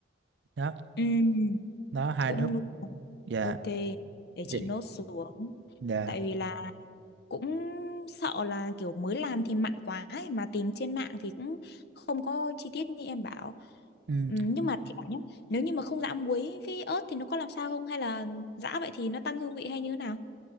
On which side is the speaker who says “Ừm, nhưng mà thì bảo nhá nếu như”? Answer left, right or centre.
Left